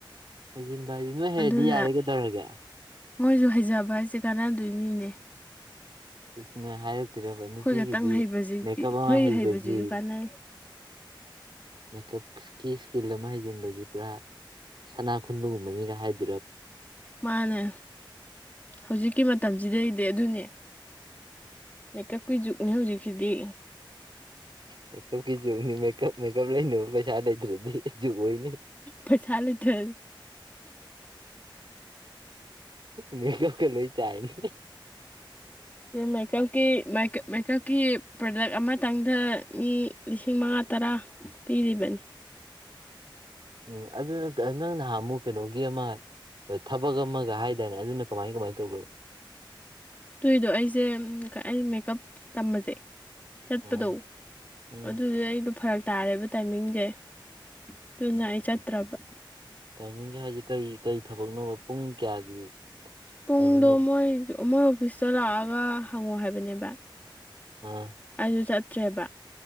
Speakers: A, on the right (about 65°); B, on the left (about 20°).
A: ꯍꯩꯖꯤꯟꯚꯁꯤ ꯅꯣꯏ ꯍꯦꯔꯗꯤ
B: ꯑꯗꯨꯅ
A: ꯌꯥꯔꯦꯒꯩꯗꯧꯔꯒꯦ
B: ꯃꯣꯏꯁꯨ ꯍꯩꯖꯕ ꯍꯥꯏꯁꯦ ꯀꯥꯟꯅꯗꯣꯏꯅꯤꯅꯦ
A: ꯏꯁꯁꯅ ꯍꯥꯏꯔꯛꯇꯔꯕ
B: ꯑꯩꯈꯣꯏ
A: ꯅꯨꯄꯤꯒꯤꯗꯤ
B: ꯈꯛꯇꯪ ꯍꯩꯕꯁꯤꯗꯤ
A: ꯃꯦꯀꯞ
B: ꯑꯩꯈꯣꯏ
A: ꯑꯃ ꯍꯩꯕꯁꯤ
B: ꯍꯩꯕꯁꯤꯁꯨ ꯀꯥꯟꯅꯩ
A: ꯃꯦꯀꯞꯀꯤ ꯏꯁꯀꯤꯜ ꯑꯃ ꯍꯩꯖꯤꯟꯕꯁꯤ ꯄꯨꯔꯥ ꯁꯅꯥ ꯈꯨꯟꯕꯒꯨꯝꯕꯅꯤꯒ ꯍꯥꯏꯗꯤ
B: ꯃꯥꯅꯦ ꯍꯧꯖꯤꯛꯀꯤ ꯃꯇꯝꯁꯤꯗꯩꯗꯤ ꯑꯗꯨꯅꯦ ꯃꯦꯀꯞꯀꯤ ꯖꯨꯛꯅꯦ ꯍꯧꯖꯤꯛꯁꯤꯗꯤ
A: ꯃꯦꯀꯞꯀꯤ ꯆꯨꯝꯅꯤ ꯃꯦꯀꯞ ꯃꯦꯀꯞ ꯂꯩꯅꯕ ꯄꯩꯁꯥ ꯂꯩꯇ꯭ꯔꯗꯤ ꯖꯨꯛ ꯑꯣꯏꯅꯤ
B: ꯄꯩꯁꯥ ꯂꯩꯇ꯭ꯔꯦ
A: ꯃꯤ ꯀ ꯂꯣꯏ ꯆꯥꯏꯅꯦ
B: ꯃꯦꯀꯞꯀꯤ ꯃꯦꯀꯞꯀꯤ ꯄ꯭ꯔꯗꯛ ꯑꯃ ꯃꯊꯪꯗ ꯃꯤ ꯂꯤꯁꯤꯡ ꯃꯉꯥ ꯇꯔꯥ ꯄꯤꯔꯤꯕꯅꯤ
A: ꯎꯝ ꯑꯗꯨ ꯅꯪ ꯅꯍꯥꯟ ꯑꯃꯨꯛ ꯀꯩꯅꯣꯒꯤ ꯑꯃ ꯑ ꯊꯕꯛ ꯑꯃꯒ ꯍꯥꯏꯇꯥꯔꯅꯦ ꯑꯗꯨꯅ ꯀꯃꯥꯏ ꯀꯃꯥꯏꯅ ꯇꯧꯈ꯭ꯔꯕ
B: ꯇꯨꯏꯗꯣ ꯑꯩꯁꯦ ꯑꯩ ꯃꯦꯀꯞ ꯇꯝꯕꯁꯦ ꯆꯠꯄꯗꯣ
A: ꯎꯝ ꯎꯝ
B: ꯑꯗꯨꯗꯤ ꯑꯩꯗꯣ ꯐꯔꯛ ꯇꯥꯔꯦꯕ ꯇꯥꯏꯃꯤꯡꯁꯦ ꯑꯗꯨꯅ ꯑꯩ ꯆꯠꯇ꯭ꯔꯕ
A: ꯇꯥꯏꯃꯤꯡꯁꯦ ꯍꯥꯏꯁꯦ ꯀꯩ ꯀꯔꯤ ꯊꯕꯛꯅꯣꯕ ꯄꯨꯡ ꯀꯌꯥꯒꯤ
B: ꯄꯨꯡꯗꯣ
A: ꯇꯥꯏꯃꯤꯡꯅꯣ
B: ꯃꯣꯏ ꯃꯣꯏ ꯑꯣꯐꯤꯁꯇ ꯂꯥꯛꯑꯒ ꯍꯪꯉꯣ ꯍꯥꯏꯕꯅꯦꯕ
A: ꯑꯥ
B: ꯑꯩꯁꯨ ꯆꯠꯇ꯭ꯔꯦꯕ